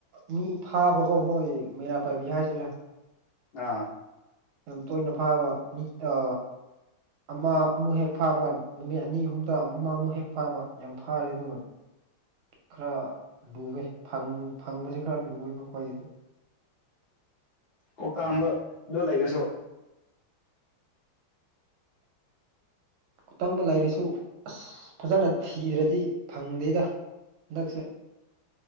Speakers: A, on the right; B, on the left.
A: ꯃꯤ ꯐꯥꯕꯀꯣ ꯃꯣꯏ ꯃꯩꯔꯥ ꯄꯥꯏꯕꯤ ꯍꯥꯏꯁꯤꯔꯥ
B: ꯑꯥ
A: ꯌꯥꯝ ꯇꯣꯏꯅ ꯐꯥꯕ ꯃꯤ ꯑ ꯑꯃ ꯑꯃꯨꯛ ꯍꯦꯛ ꯐꯥꯕ ꯅꯨꯃꯤꯠ ꯑꯅꯤ ꯑꯍꯨꯝꯗ ꯑꯃꯃꯨꯛ ꯍꯦꯛ ꯐꯥꯕ ꯌꯥꯝ ꯐꯥꯔꯦ ꯑꯗꯨꯒ ꯈꯔ ꯂꯨꯋꯦ ꯐꯪ ꯐꯪꯕꯁꯦ ꯈꯔ ꯂꯨꯋꯦꯕ ꯈꯣꯏꯗꯗꯤ
B: ꯀꯣꯛꯇꯥꯥꯡꯕ ꯗꯣ ꯂꯩꯔꯁꯨ
A: ꯈꯨꯇꯪꯕ ꯂꯩꯔꯁꯨ ꯑꯁ ꯐꯖꯅ ꯊꯤꯗ꯭ꯔꯗꯤ ꯐꯪꯗꯦꯗ ꯍꯟꯗꯛꯁꯦ